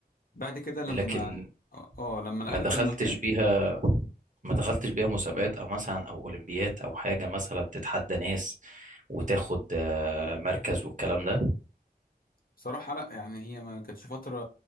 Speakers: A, on the left; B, on the right.
A: بعد كده لما
B: لكن
A: اه آه، لما نقلت
B: ما دخلتش
A: المكان
B: بيها ما دخلتش بيها مسابقات او مثلا او اولمبيات او حاجة مثلا تتحدى ناس وتاخد آه، مركز والكلام ده
A: بصراحة لا يعني هي ما كانتش فترة